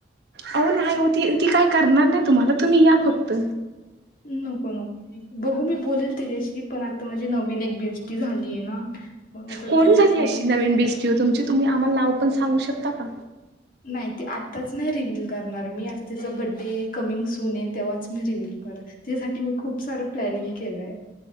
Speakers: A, on the right; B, on the left.
A: अ नाही हो त ती काय करणार नाही तुम्हाला तुम्ही या फक्त,
B: नको नको बघू मी बोलेल त्याच्याशी पण आता माझी नवीन एक बेस्टी झालीय ना मग आता
A: कोण
B: तिचा
A: झाली
B: पण
A: अशी नवीन बेस्टी तुमची तुम्ही आम्हाला नाव पण सांगू शकता का
B: नाही ते आ आच नाही रिव्हल करणार मी आता तिचा बडडे कमिंग सून आहे तेव्हाच मी रिव्हल कर तिच्यासाठी मी खूप खूप सारं प्लॅनिंग केलंय